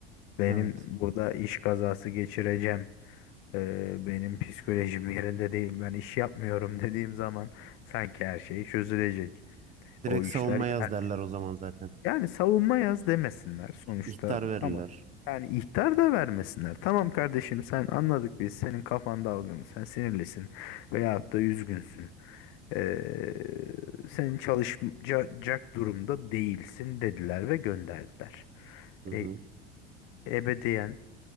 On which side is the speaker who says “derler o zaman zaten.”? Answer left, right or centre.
Right